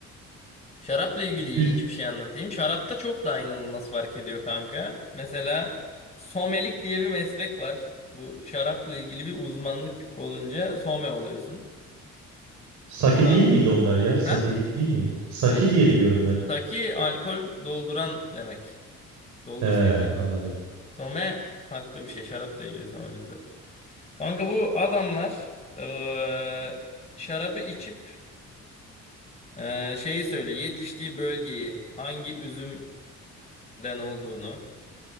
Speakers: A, on the left (about 20°); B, on the right (about 75°).
A: Şarapla ilgili
B: 100...
A: ilginç bir şey anlatayım. Şarapta çok daha inanılmaz fark ediyor kanka. Mesela somelik diye bir meslek var. Bu şarapla ilgili bir uzmanlık olunca some oluyorsun.
B: Sake
A: Aa,
B: değil miydi onlar ya? Sakilik
A: ha?
B: değil miydi? Saki
A: Saki,
B: diye biliyorum ben.
A: saki alkol dolduran demek. Doldur
B: He,
A: saki.
B: anladım.
A: Some farklı bir şey. Şarapla ilgili some bizde. Kanka bu adamlar eee, şarabı içip eee, şeyi söylüyor. Yetiştiği bölgeyi hangi üzümden olduğunu